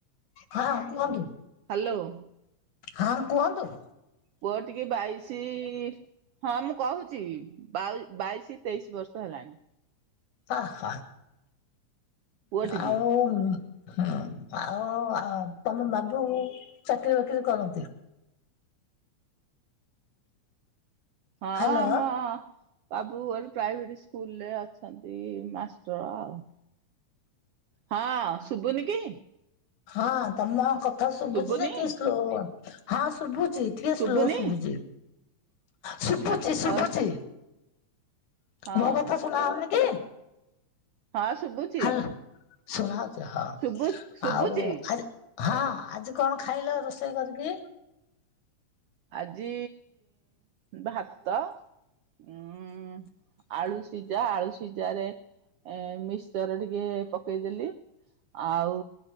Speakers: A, on the left (about 75°); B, on the right (about 85°).
A: ହଁ କୁହନ୍ତୁ
B: ହ୍ୟାଲୋ।
A: ହଁ କୁହନ୍ତୁ।
B: ପୁଅ ଟିକି ବାଇଶି ହଁ ମୁଁ କହୁଚି ବାଇଶି ତେଇଶି ବର୍ଷ ହେଲାଣି।
A: ଅ ହ
B: ପୁଅଟିକି।
A: ଆଉ ଆଉ ତମ ବାବୁ ଚାକିରି ବାକିରି କରନ୍ତି।
B: ହଁ
A: ହ୍ୟାଲୋ
B: ଆମ ବାବୁଗୋଟେ ପ୍ରାଇଭେଟି ସ୍କୁଲ ରେ ଅଛନ୍ତି ମାଷ୍ଟର ଆଉ ହଁ ଶୁବୁନି କି
A: ହଁ ତମ କଥା ସୁବୁଚି
B: ଶୁଭୁନି
A: ଯେ ଟିକେ ସ୍ଲୋ ହଁ ଶୁଭୁଛି ଟିକେ
B: ଶୁଭୁନି
A: ସ୍ଲୋ ଶୁଭୁଛି ଶୁଭୁଛି
B: ନା
A: ଶୁଭୁଛି
B: ଅ ହଁ।
A: ମୋ କଥା ଶୁଣାଯାଉନି କି?
B: ହଁ ଶୁଭୁଛି
A: ହ୍ଯାଲୋ ଶୁଣା ଯାଉଛି ହଉ
B: ଶୁଭୁ ଶୁଭୁଛି।
A: ଆଉ ହଁ ଆଜି କଣ ଖାଇଲ ରୋଷେଇ କରିକି?
B: ଆଜି ଭାତ ଉଁ ଆଳୁ ସିଝା ଆଳୁ ସିଝାରେ ମିକ୍ସଚର ଟିକେ ପକେଇଦେଲି ଆଉ